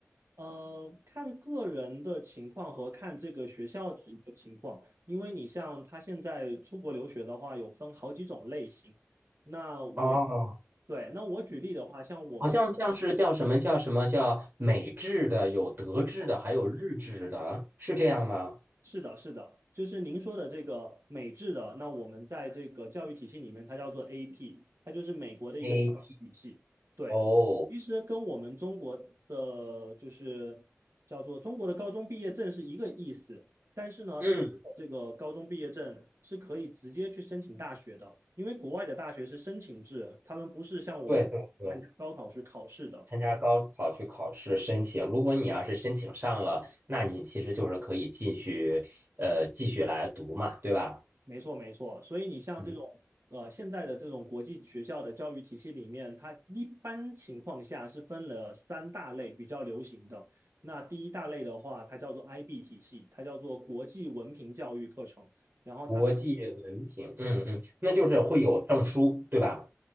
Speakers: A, on the right (about 70°); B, on the right (about 50°).
A: 呃，看个人的情况和看这个学校的一个情况，因为你像他现在出国留学的话，有分好几种类型。那我，
B: 哦
A: 对，那我举例的话，像我们
B: 好像像是叫什么叫什么叫美制的，有德制的，
A: 没错。
B: 还有日制的，是这样吗
A: 是的，是的，就是您说的这个美制的，那我们在这个教育体系里面，它叫做 AP，它就是美国的一个教育体系。
B: ？AT
A: 对，
B: O，
A: 其实跟我们中国的就是叫做中国的高中毕业证是一个意思，但是呢，
B: 嗯，
A: 他们的这个高中毕业证是可以直接去申请大学的，因为国外的大学是申请制，他们不是像我们参加高考去考试的。
B: 对对对，参加高考去考试申请，如果你要是申请上了，那你其实就是可以继续呃继续来读嘛，对吧？
A: 没错，没错。所以你像这种呃，
B: 嗯，
A: 现在的这种国际学校的教育体系里面，它一般情况下是分了三大类比较流行的。那第一大类的话，它叫做 IB 体系，它叫做国际文凭教育课程。然后它是
B: 国际文凭，嗯嗯，那就是会有证书，对吧？